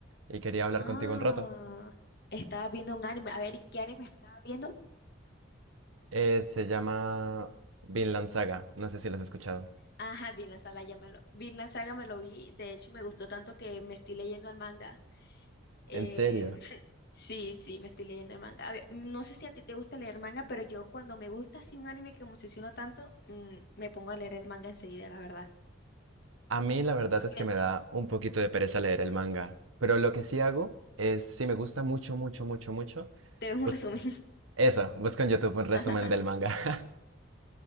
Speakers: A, on the right (about 80°); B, on the left (about 55°).
A: y quería hablar
B: Ah,
A: contigo un rato.
B: estaba viendo un anime. A ver, ¿y qué anime estaba viendo?
A: Eh, se llama Vinland Saga, no sé si lo has escuchado.
B: Ajá, Vinland Saga, ya me lo, Vinland Saga me lo vi. De hecho, me gustó tanto que me estoy leyendo el manga. Eh,
A: En serio,
B: <laughs> sí, sí, me estoy leyendo el manga. A ver, no sé si a ti te gusta leer manga, pero yo cuando me gusta así un anime que me obsesionó tanto, mm, me pongo a leer el manga enseguida, la verdad.
A: a mí la verdad
B: Porque
A: es que me da un poquito de pereza leer el manga, pero lo que sí hago es, si me gusta mucho, mucho, mucho, mucho,
B: te ves un
A: pues
B: resumen.
A: eso, busco en YouTube un resumen
B: <laughs>
A: del manga, <laughs>